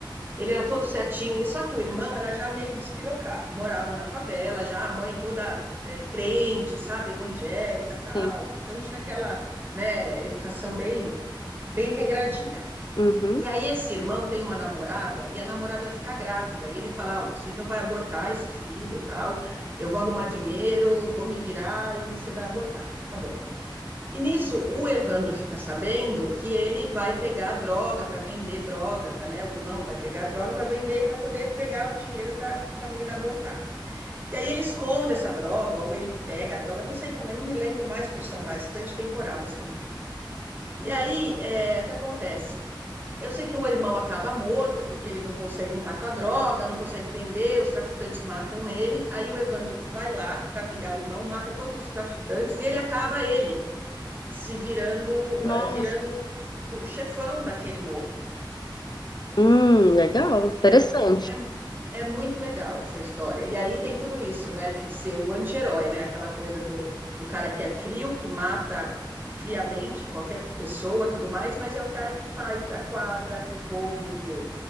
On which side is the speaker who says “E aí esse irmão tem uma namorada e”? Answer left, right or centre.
Right